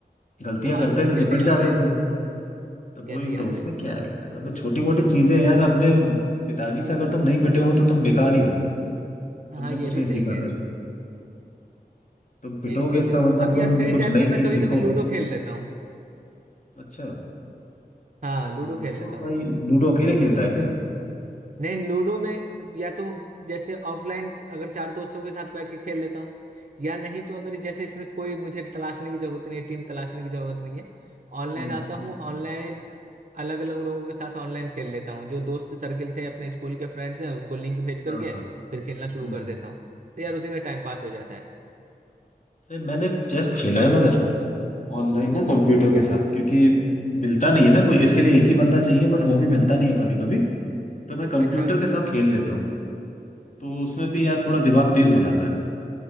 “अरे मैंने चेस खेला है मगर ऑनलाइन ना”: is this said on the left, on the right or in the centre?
Left